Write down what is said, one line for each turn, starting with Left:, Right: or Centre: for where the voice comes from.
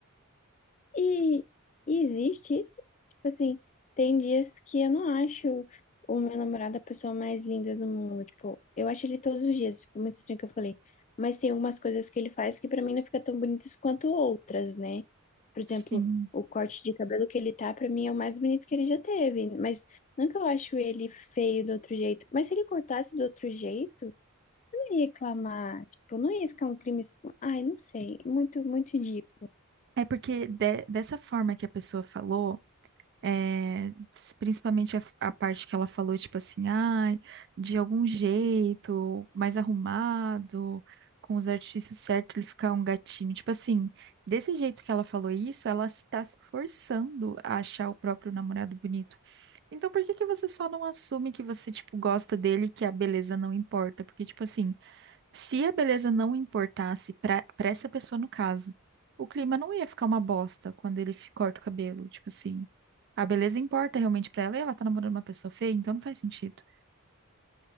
Left: E, e existe isso. Tipo assim, tem dias que eu não acho o meu namorado a pessoa mais linda do mundo. Tipo, eu acho ele todos os dias. Ficou muito estranho o que eu falei. Mas tem algumas coisas que ele faz que pra mim não fica tão bonitas quanto outras, né? Por exemplo,
Right: Sim.
Left: o corte de cabelo que ele tá, pra mim é o mais bonito que ele já teve. Mas não que eu acho ele feio do outro jeito. Mas se ele cortasse do outro jeito, eu não ia reclamar. Tipo, não ia ficar um crime. assim. Ai, não sei. Muito, muito idiota.
Right: É porque de- dessa forma que a pessoa falou, é, s- principalmente a, f- a parte que ela falou, tipo assim, ai, de algum jeito, mais arrumado, com os artifícios certos, ele ficar um gatinho. Tipo assim, desse jeito que ela falou isso, ela está se forçando a achar o próprio namorado bonito. Então, por que que você só não assume que você, tipo, gosta dele e que a beleza não importa? Porque, tipo assim. Se a beleza não importasse para para essa pessoa no caso, o clima não ia ficar uma bosta quando ele fi- corta o cabelo, tipo assim. A beleza importa realmente para ela e ela tá namorando uma pessoa feia, então não faz sentido.